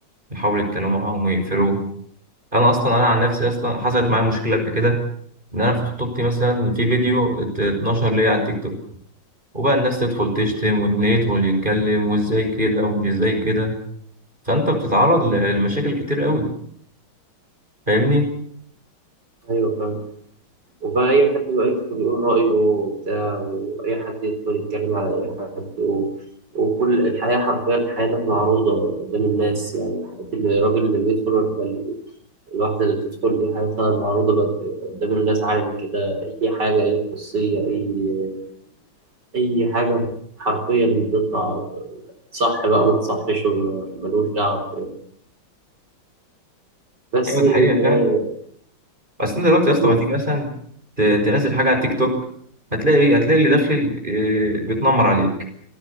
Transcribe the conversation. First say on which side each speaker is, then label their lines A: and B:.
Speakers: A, on the right; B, on the right.
A: يحاولوا يتكلموا معاهم ويقفلوه أنا أصلا أنا عن نفسي أصلا حصلت معايا مشكلة قبل كده إن أنا في خطوبتي مثلا في فيديو ات- اتنشر ليا على التيك توك وبقى الناس تدخل تشتم واللي يدخل يتكلم وازاي كده ومش ازاي كده فانت بتتعرض ل- لمشاكل كتير قوي فاهمني
B: أيوه فاهم وبقى أي حد بقى يدخل يقول رأيه وبتاع وأي حد يدخل يتكلم على أي حد و... وكل الحياة حرفيا حياتك معروضة قدام الناس يعني حياة الراجل اللي بيدخل ولا ال- الواحدة اللي بتدخل دي حياتها معروضة بقت قدام الناس عالم كده أي حاجة أي خصوصية أي اي حاجه حرفيا بتطلع صح بقى ما تصحش وما- ملوش دعوه بس
A: ايوه دي
B: ال-
A: حقيقه فعلا اصل انت دلوقتي يا
B: المفروض
A: اسطى ما تيجي مثلا ت- تنزل حاجه على التيك توك هتلاقي ايه هتلاقي اللي داخل آه، بيتنمر عليك